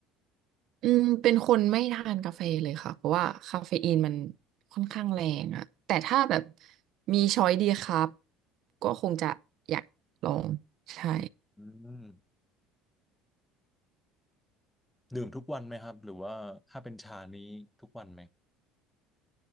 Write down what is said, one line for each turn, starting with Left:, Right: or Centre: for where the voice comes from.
Right: อืมเป็นคนไม่ทานกาแฟเลยค่ะเพราะว่าคาเฟอีนมันค่อนข้างแรงอะแต่ถ้าแบบมีช้อยดีครับก็คงจะอยากลองใช่
Centre: อืมอืมดื่มทุกวันไหมครับหรือว่าถ้าเป็นชานี้ทุกวันไหม